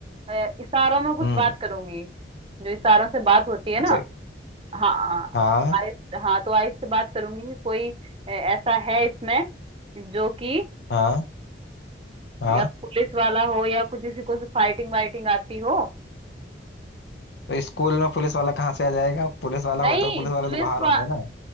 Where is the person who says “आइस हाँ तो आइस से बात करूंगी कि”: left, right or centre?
Right